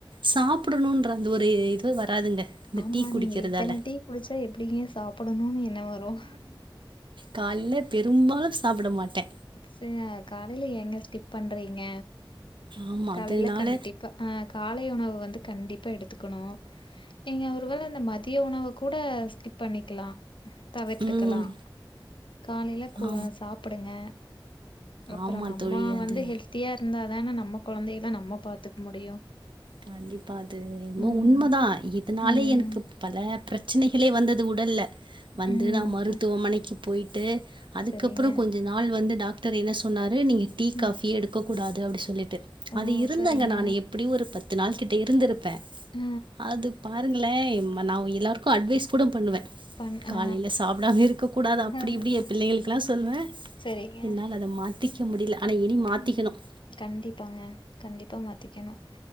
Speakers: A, on the right (about 65°); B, on the left (about 70°).
A: சாப்டணும்ன்ற அந்த ஒரு இது வராதுங்க இந்த
B: ஆமா
A: டீ குடிக்கிறதால.
B: நீங்க இத்தன டீ குடிச்சா எப்டிங்க சாப்டணும்னு எண்ணம் வரும்
A: காலைல பெரும்பாலும் சாப்ட மாட்டே
B: ச்சே காலையில ஏங்க ஸ்கிப் பண்றீங்க
A: ஆமா.
B: காலையில
A: அதனால
B: கண்டிப்பா அ காலை உணவு வந்து கண்டிப்பா எடுத்துக்கணும் நீங்க ஒருவேள இந்த மதிய உணவ கூட ஸ்கிப் பண்ணிக்கலா தவிர்த்துக்கலா
A: ம்.
B: காலையில கூழ்
A: ஆ
B: சாப்பிடுங்க அப்புறம்
A: ஆமா
B: நம்ம
A: தோழி அது
B: வந்து ஹெல்த்தியா இருந்தாதான்ன நம்ம குழந்தைகள நம்ம பாத்துக்க முடியும்
A: கண்டிப்பா அது என்மோ
B: ம்
A: உண்மதா இதனாலே
B: ம்
A: எனக்கு பல பிரச்சனைகளே வந்தது உடல்ல வந்து
B: ம்
A: நா
B: அக்கா.
A: மருத்துவமனைக்கு போயிட்டு அதுக்கப்புறோ
B: சரிங்க
A: கொஞ்ச நாள் வந்து டாக்டர் என்ன சொன்னார் நீங்க டீ
B: ம்
A: காஃபியே எடுக்கக்கூடாது அப்டி சொல்லிட்டு
B: ஓ
A: அது இருந்தங்க
B: சரிங்க
A: நா எப்டியு ஒரு பத்து நாள் கிட்ட இருந்திருப்பே
B: ஆ
A: அது பாத் ருங்களேம் நாவு எல்லாருக்கு அட்வைஸ் கூட பண்ணுவே
B: பண்
A: காலையில
B: ஆ
A: சாப்டாமே இருக்க கூடாது அப்டி
B: அது
A: இப்டி பிள்ளைகளுக்கெலா சொல்லுவே
B: சரிங்க
A: என்னால் அத மாத்திக்க முடியல ஆனா இனி மாத்திக்கணும்
B: ம் கண்டிப்பாங்க கண்டிப்பா மாத்திக்கணும்